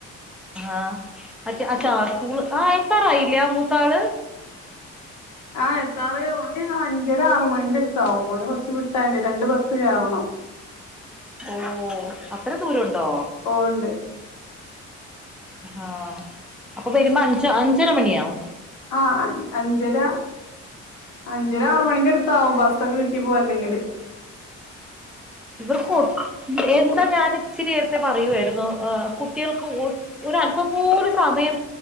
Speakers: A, in the centre; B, on the left (about 80°).
A: ആ അച്ഛ അച്ഛാആ
B: ഉം
A: സ്കൂൾ ആ ഇല്ലയാ മൂത്താള്
B: ആ എത്താറ് ഒന് അഞ്ചര ആറ് മണീന്റെ അടുത്താവും ഓന് ബസ് വിട്ടാണ്ട് രണ്ട് ബസ് കെറണം
A: ഓ അത്ര ദൂരം ഉണ്ടോ
B: ഓ ഉണ്ട്
A: ആ അപ്പൊ വരുമ്പ അഞ്ച അഞ്ചര മണിയവും
B: ആ അൻ അഞ്ചര അഞ്ചര ആറ് മണിന്റെ അടു താവും ബസ്സൊക്കെ കിട്ടിപ്പോരെണെങ്കില്
A: ഇവർക്ക് ഓ എന്താ ഞാൻ ഇച്ചിരി നേരത്തെ പറയായിരുന്നു ആ കുട്ടികൾക്ക് ഓ ഒരു അല്പ്പം പോലും സമയം